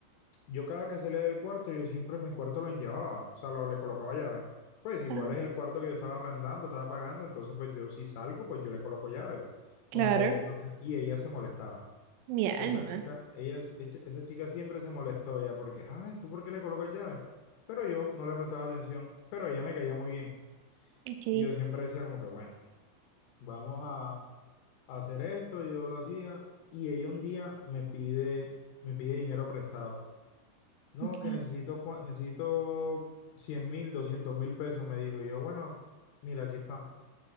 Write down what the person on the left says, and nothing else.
yo cada que salía del cuarto, yo siempre en mi cuarto lo enllevaba, o sea, lo, le colocaba llave. Pues igual
es el cuarto que yo estaba arrendando, estaba pagando, entonces pues yo si salgo, pues yo le coloco llave. pues.
Aunque lo que- y ella se molestaba.
Esa chica, ella, es- echa- esa chica siempre se molestó ya porque, ay, ¿tú por qué le colocas llave? Pero yo no le prestaba atención, pero ella me caía muy bien.
Y yo siempre decía como que, bueno, vamos a, a hacer esto, yo lo hacía. Y ella un día me pide, me pide dinero prestado. No,
que necesito, cua- necesito cien mil, doscientos mil pesos, me dijo. Y yo, bueno, mira, aquí está.